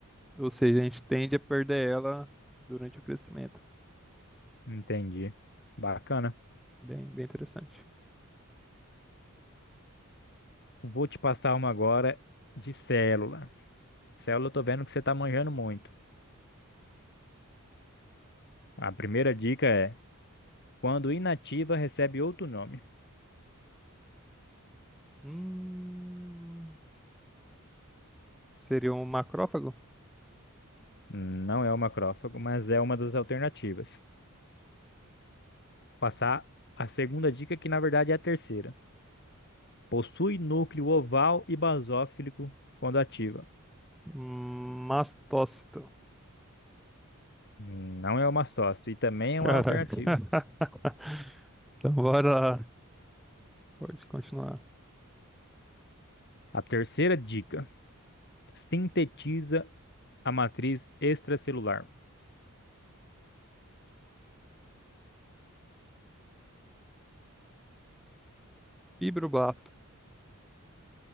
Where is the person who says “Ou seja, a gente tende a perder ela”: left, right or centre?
Centre